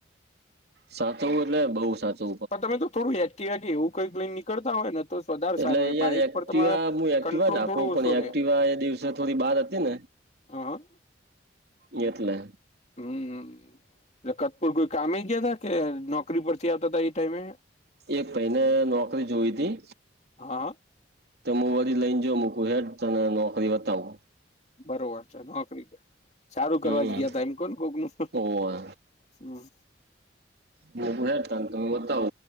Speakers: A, on the right; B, on the left.
A: સાચવ એટલે બઉ સાચુ
B: પણ તમે તો થોડું એક્ટવા એવું કંઈ કઈ નીકળતા હોયને તો વધાર
A: એટલે
B: સારું રે
A: યાર
B: બાઈક પર
A: એક્ટિવા
B: તમારે કંટ્રોલ
A: જ હાકું
B: થોડો
A: પણ
B: ઓછો રે
A: એક્ટિવા એ દિવસે થોડી બાર હતી ને
B: હા હ
A: એટલે
B: હમ હ ખતપુર કોઈ કામમે ગયા તા કે નોકરી પરથી આવતા હતાા એ ટાઈમે
A: એક મહિને નોકરી જોવી હતી.
B: હા.
A: તો હું વરી લઈને જો મકું હેઠ તને નોકરી બતાવુ
B: બરોબર છે નોકરી સારું કરવા
A: હમ
B: જ ગયા ત એમ કોણ કોક નું
A: ઓવે
B: હમ
A: હું હેાર ત તમે બતાવ